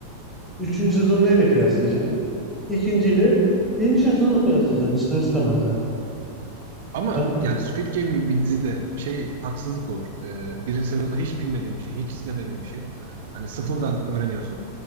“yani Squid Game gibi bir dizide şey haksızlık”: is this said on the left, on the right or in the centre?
Right